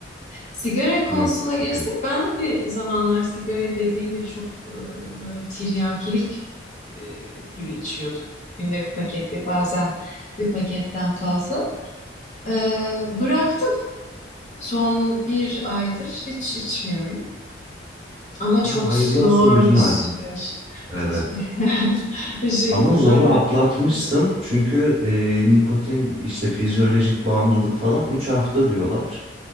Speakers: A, on the left; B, on the right.
A: Sigara konusuna
B: mümkün.
A: gelirsek ben de bir zamanlar sigarayı dediğin gibi çok e, böyle tiryakilik e, gibi içiyordum. Günde bir paket ve bazen bir paketten fazla. Ee, bıraktım Son bir aydır hiç içmiyorum. Ama
B: Aa,
A: çok
B: hayırlı
A: zor
B: olsun gözün
A: bir
B: aydın.
A: süreç.
B: Evet.
A: Teşekkür- <laughs> Evet, Teşekkürler.
B: Ama zoru atlatmışsın çünkü e, nikotin işte fizyolojik bağımlılık falan 3 hafta diyorlar.